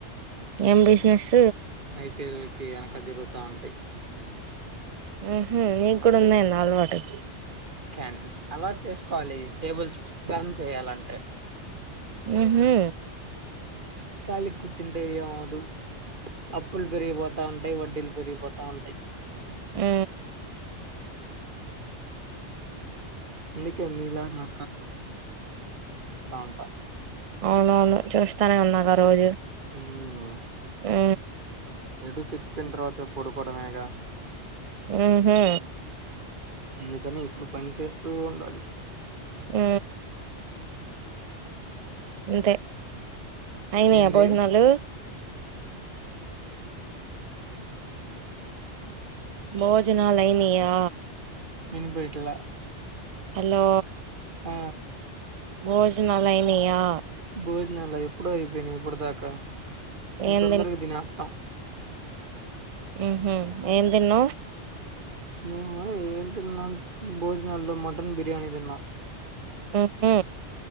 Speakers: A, on the right; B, on the right.
A: ఏం బిజినెస్
B: ఐపీఎల్ కి వెనక జరుగుతా ఉంటాయి
A: ఆహ్ నీకు కూడా ఉందా ఏంది అలవాటు
B: ం అలాట్ చేసుకోవాలి టేబుల్స్ టన్ చేయాలంటే
A: ఉహూ
B: ఖాళీగ్ కూర్చుంటే ఏమవదు అప్పులు పెరిగిపోతా ఉంటాయి వడ్డీలు పెరిగిపోతా ఉంటాయి.
A: ఆ
B: నీకా మీలాగనా ఉంటా
A: అవునవును చూస్తానే ఉన్నాగా రోజు
B: ఉమ్.
A: ఉ
B: ఎటు చచ్చిపోయిన తర్వాత పొడుకోవడమేగా
A: హ్మ హ్మ
B: అందుకని ఇప్పుడు పని చేస్తూ ఉండాలి
A: హ్మ అంతే అయినయా
B: ఏంది
A: భోజనాలు భోజనాలైనయా
B: వినిపిట్లే
A: హలో
B: ఆ
A: భోజనాలు అయినాయా
B: భోజనాల ఎప్పుడో అయిపోయినాయి ఇప్పుడు దాకా ఇ
A: ఏం
B: తొందరగా తినేస్తాం
A: హ్మ హ్మ ఏం తిన్నావ్
B: నువ్వ ఏం తిన్నాం భోజనాలల్లో మటన్ బిర్యానీ తిన్నా
A: ఉహూ